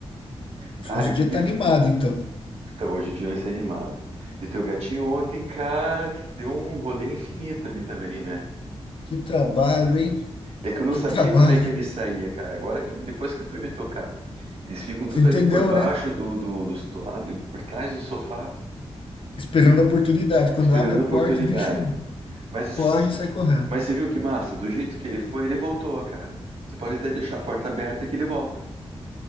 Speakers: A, on the right; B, on the left.
A: Cara,
B: Hoje
A: e o
B: o
A: que
B: dia
A: que
B: tá animado, então.
A: Então, hoje o dia vai ser animado. E teu gatinho ontem, cara, que deu um rolê infinito ali também, né?
B: Que trabalho, hein?
A: É que eu não
B: Que
A: sabia
B: trabalho.
A: como é que ele saía, cara. Agora que eu- depois que eu fui me tocar, eles ficam tudo
B: Você entendeu,
A: ali por baixo
B: né?
A: do, do, do, do lado, por trás do sofá,
B: Esperando a oportunidade. Quando
A: esperando
B: abre a
A: a oportunidade.
B: porta, o bicho
A: Mas,
B: foge e sai correndo.
A: mas você viu que massa? Do jeito que ele foi, ele voltou, cara. Você pode até deixar a porta aberta que ele volta.